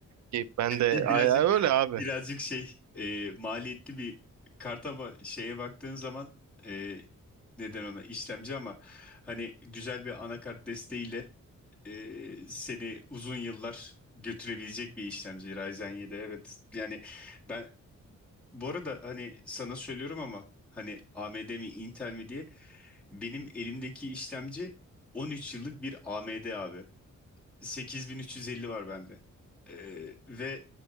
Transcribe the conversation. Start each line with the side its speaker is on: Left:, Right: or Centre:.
Right: Ki ben de
Centre: Bir-
Right: ay,
Centre: Birazcık
Right: ay, öyle abi.
Centre: birazcık şey e, maliyetli bir kart ama şeye baktığın zaman e, neden ona işlemci ama hani güzel bir anakart desteğiyle e, seni uzun yıllar götürebilecek bir işlemci Ryzen 7 evet. Yani ben bu arada hani sana söylüyorum ama hani AMD mi Intel mi diye benim elimdeki işlemci 13 yıllık bir AMD abi. 8350 var bende. E, ve